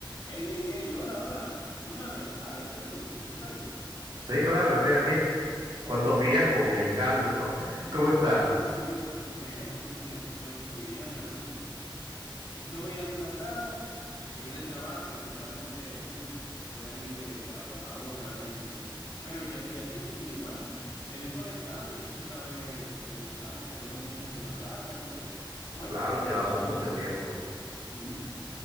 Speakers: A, on the left; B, on the right.
A: Ey, ey, ey, hola, hola. Dime a ver, Alex, ¿eres tú? ¿Estás ahí?
B: Sí, claro, estoy aquí. ¿Cuánto tiempo, Giancarlo? <laughs>
A: No,
B: ¿Cómo estás?
A: sí, sí, ¿cuánto tiempo? ¿Cuánto tiempo? Yo estoy bien, realmente. Estoy algo cansado, llegué del trabajo, literalmente, uff, fue eh, agotador realmente, pero ya estoy aquí y bueno, te vi conectado y quise saber cómo estás, que tenemos mucho sin hablar realmente. Cuéntame,
B: Claro, llevamos
A: ¿qué tal
B: mucho
A: todo?
B: tiempo.
A: Ujú.